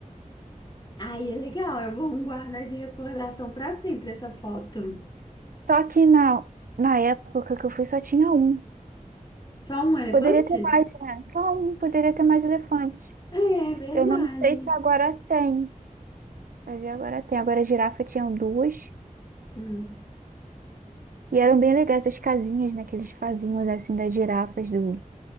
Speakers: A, on the left (about 30°); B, on the right (about 85°).
A: Aí é legal, eu vou guardar de recordação para sempre essa foto.
B: Só que na, na época que eu fui só tinha um.
A: Só um elefante?
B: Poderia ter mais, né? Só um, poderia ter mais elefantes.
A: É, é verdade.
B: Eu não sei se agora tem. Vai ver, agora tem. Agora a girafa tinha duas.
A: Hum,
B: E eram bem legais as casinhas, né, que eles faziam, assim, das girafas, do...